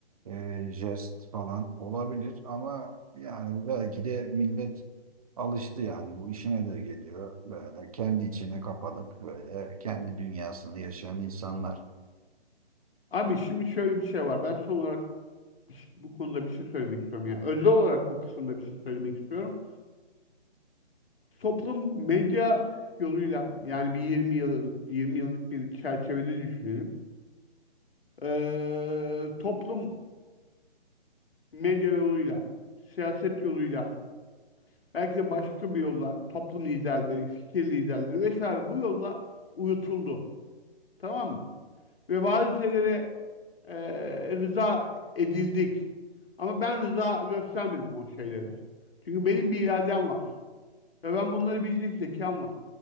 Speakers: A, on the right; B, on the left.
A: e, jest falan olabilir ama yani belki de millet alıştı yani bu işine de geliyor. Böyle kendi içine kapanıp böyle kendi dünyasını yaşayan insanlar.
B: Abi şimdi şöyle bir şey var. Ben son olarak bir şey- bu konuda bir şey söylemek istiyorum. Yani özel olarak bu kısımda bir şey söylemek istiyorum. Toplum medya yoluyla yani bir 20 yıllık 20 yıllık bir çerçevede düşünelim. Ee, toplum medya yoluyla, siyaset yoluyla, belki de başka bir yolla toplum liderleri, fikir liderleri vesaire bu yolla uyutuldu. Tamam mı? Ve bazı şeylere e, rıza edildik. Ama ben rıza göstermedim o şeylere. Çünkü benim bir iradem var. Ve ben bunları bilecek zekam var.